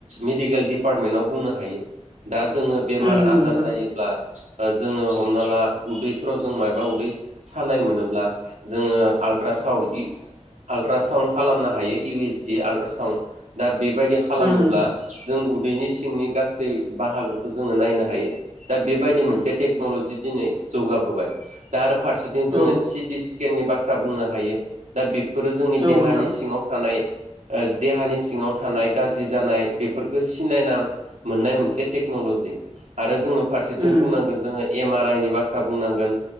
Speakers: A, on the right; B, on the right.
A: मेडिकेल डपार्टमेन्टाव बुंनो हायो। दा जोङो बेमार
B: उम होम
A: आजार
B: नोंथां
A: जायोब्ला ओ जोङो हमना ला उदैफोराव जों मायबा उदै सानाय मोनोब्ला जोङो आल्ट्रा आल्ट्रासाउण्ड इ आल्ट्रासाउण्ड खालामनो हायो इउ एस दि आलट्रासाउण्ड दा बेबायदि खालामोब्ला
B: उम होम
A: जों उदैनि सिंनि गासै बाहागोखो जोङो नायनो हायो। दा बेबायदि मोनसे टेक्न'लजि दिनै जौगाबोबाय दा आरो फारसेथिं जोङो
B: औ
A: सिटि स्केननि बाथ्रा बुंनो हायो। दा बेफोरो जोंनि देहानि
B: औ नोंथां
A: सिङाव थानाय ओ देहानि सिङाव थानाय गाज्रि जानाय बेफोरखौ सिनायना मोननाय मोनसे टेकनल'जि आरो जोङो फारसेथिं
B: उम
A: बुंनांगोन जोङो एम आर आइ नि बाथ्रा बुंनांगोन